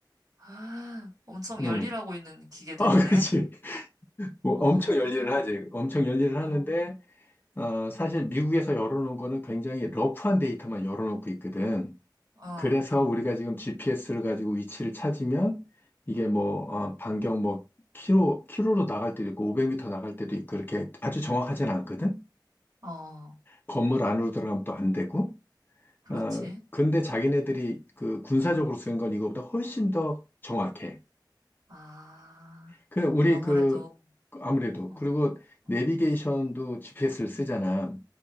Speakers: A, on the right; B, on the left.
A: <gasps> 엄청
B: 응.
A: 열일하고 있는 기계들이네.
B: 어, <laughs> 그렇지.
A: <laughs>
B: 뭐
A: 어,
B: 엄청 열일을 하지. 엄청 열일을 하는데,
A: 어,
B: 어, 사실 미국에서 열어놓은 거는 굉장히 러프한 데이터만 열어놓고 있거든.
A: 어,
B: 그래서 우리가 지금 GPS를 가지고 위치를 찾으면 이게 뭐, 어, 반경 뭐, 키로, 키로로 나갈 때도 있고, 500m 나갈 때도 있고, 그렇게 아주 정확하진 않거든.
A: 어,
B: 건물 안으로 들어가면 또 안 되고.
A: 그렇지.
B: 어, 근데 자기네들이 그 군사적으로 쓴 건 이거보다 훨씬 더 정확해.
A: 아,
B: 그, 우리
A: 아무래도,
B: 그, 아무래도.
A: 어,
B: 그리고
A: 어,
B: 내비게이션도 GPS를 쓰잖아.